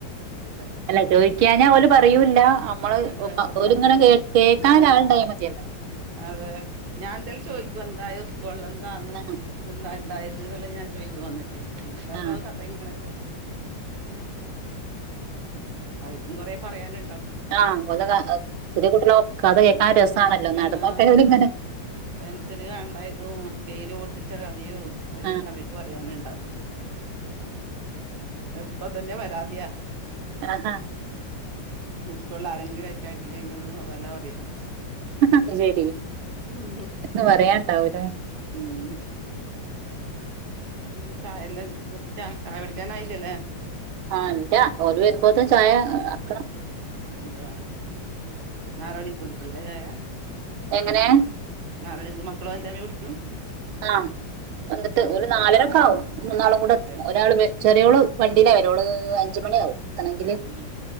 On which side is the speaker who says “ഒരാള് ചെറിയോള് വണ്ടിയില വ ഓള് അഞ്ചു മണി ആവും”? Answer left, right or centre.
Right